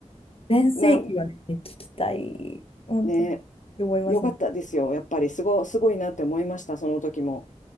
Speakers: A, on the left (about 50°); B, on the left (about 80°).
A: 全盛期はね、
B: うーん。な、
A: 聞きたい、本当に、
B: ね。
A: って思いますね。
B: よかったですよ。やっぱりすご、すごいなって思いました、その時も。